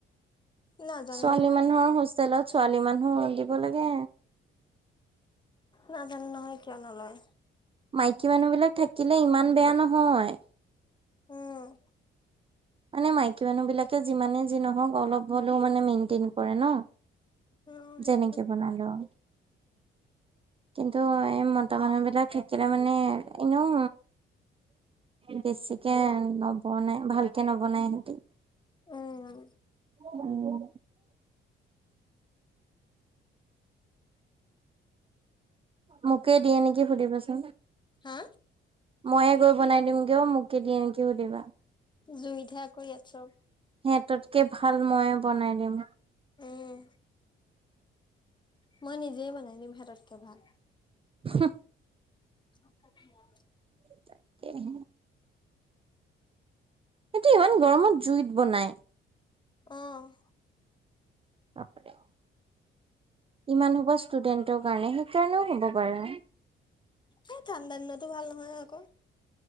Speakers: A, on the left; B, on the right.
A: নাজানো
B: ছোৱালী
A: নহয়
B: মানুহৰ হোষ্টেলত ছোৱালী মানুহ দিব লাগে।
A: নাজানো নহয় কিয় নলয়।
B: মাইকী মানুহ বিলাক থাকিলে ইমান বেয়া নহয়।
A: উম।
B: মানে মাইকী মানুহ বিলাকে যিমানে যি নহওঁক, অলপ হলেও মানে মেইনটেইন কৰে ন'
A: উম
B: যেনেকে
A: সেইটোৱে
B: বনালেওঁ। কিন্তু এই মতা মানুহ বিলাক থাকিলে মানে, এনেওঁ বেছিকে নবনাই ভাল কে নবনাই নিকি,
A: উম
B: উম। মোকেই দিয়ে নিকি সুধিবাচোন।
A: হা
B: মইয়ে গৈ বনাই দিমগে, অ' মোকে দিয়ে নিকি সুধিবা।
A: জুইতহে আকৌ ইয়াত চব
B: সিহঁতকে ভাল ময়ে বনাই দিম।
A: উম। মই নিজেই বনাই দিম সেততঁকে ভাল।
B: <unintelligible>
A: <inaudible>
B: তাকেহে। সিহঁতে ইমান গৰমত জুইত বনাই।
A: অ'।
B: বাপৰে। ইমান খোপা ষ্টুডেন্টৰ কাৰণে, সেই কাৰণেওঁ হ'ব পাৰে।
A: এ, ঠাণ্ডা দিনতো ভাল নহয় আকৌ